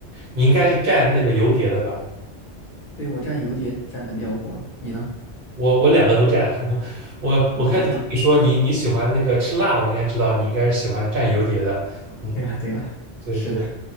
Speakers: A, on the right (about 55°); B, on the left (about 55°).
A: 你应该是蘸那个油碟的吧？
B: 对，我蘸油碟蘸的比较多，你呢？
A: 我我两个都蘸，<laughs> 我我看听你说你你喜欢那个吃辣，
B: 麻酱。
A: 我应该知道你应该是喜欢蘸油碟的。嗯，
B: 对了对了，
A: 对对，
B: 是的。